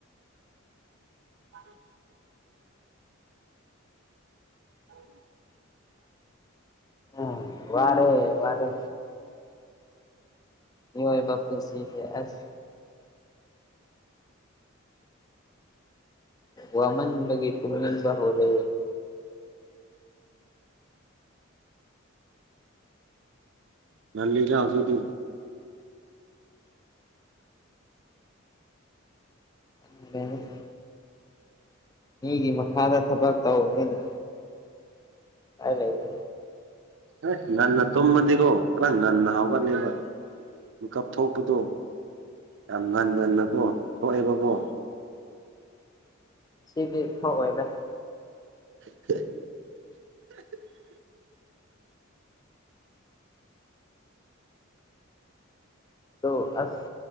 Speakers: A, on the right (about 60°); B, on the left (about 20°).
A: <inaudible> <inaudible>
B: ꯎꯝ ꯋꯥꯔꯦ ꯋꯥꯔꯦ ꯃꯤꯌꯣꯢꯕ ꯄꯨꯟꯁꯤꯁꯦ ꯑꯁ ꯋꯥꯃꯟꯕꯒꯤ ꯇꯨꯝꯅꯤꯡꯕ ꯍꯧꯔꯦ
A: ꯉꯜꯂꯤꯗ ꯍꯧꯖꯤꯛꯇꯤ
B: <unintelligible> ꯃꯤꯒꯤ ꯃꯈꯥꯗ ꯊꯕꯛ ꯇꯧꯕꯅꯤꯅ ꯎꯄꯥꯢ ꯂꯩꯇꯦ
A: ꯑꯦ ꯉꯟꯅ ꯇꯨꯝꯃꯗꯤꯀꯣ ꯈꯔ ꯉꯟꯅ ꯍꯧꯒꯠꯂꯦꯕ ꯃꯤꯀꯞ ꯊꯣꯛꯄꯗꯣ ꯌꯥꯝ ꯉꯟ ꯉꯟꯅꯀꯣ ꯊꯣꯛꯑꯦꯕꯀꯣ
B: ꯉꯁꯤꯗꯤ ꯊꯣꯛꯑꯣꯏꯗ
A: <unintelligible>
B: ꯑꯗꯣ ꯑꯁ